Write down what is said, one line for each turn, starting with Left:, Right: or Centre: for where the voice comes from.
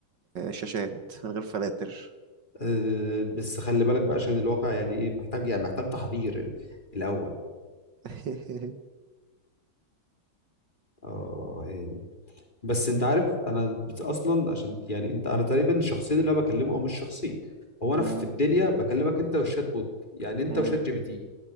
Right: شاشات من غير فلاتر
Left: آه، بس خلي بالك بقى عشان الواقع يعني ايه محتاج يعني محتاج تحضير ال- الاول
Right: <laughs>
Left: اه هاني بس انت عارف انا بت- اصلا عشان يعني انت انا تقريبا الشخصين اللي انا بكلمه او مش شخصين هو انا
Right: مم،
Left: في الدنيا بكلمك انت والشات بوت يعني انت
Right: مم.
Left: وشات جي بي تي